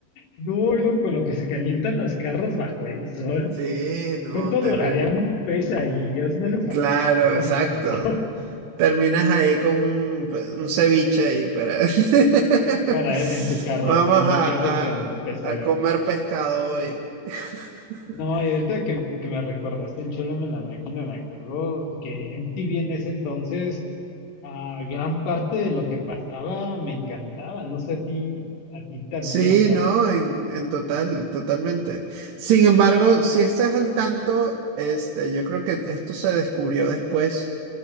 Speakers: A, on the left (about 85°); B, on the right (about 85°).
A: No, no, con lo que se calientan los carros bajo el sol.
B: Sí, no,
A: ¿Cuánto
B: te...
A: duraría
B: re-
A: un pez ahí? Hazme el favor,
B: Claro,
A: por
B: exacto.
A: favor.
B: Terminas ahí con un, un ceviche ahí, pero <laughs>
A: <laughs> Para en tu carro,
B: vamos
A: en
B: a,
A: tu carro con
B: a-
A: pecera.
B: a comer pescado hoy. <laughs>
A: No, y ahorita que, que me recordaste en Chólame la Máquina, me acuerdo que MTV en ese entonces Ah, gran parte de lo que pasaba me encantaba, no sé a ti, a ti también,
B: Sí,
A: o sea,
B: no, en, en total, totalmente. Sin embargo, si estás al tanto, este, yo creo que esto se descubrió después.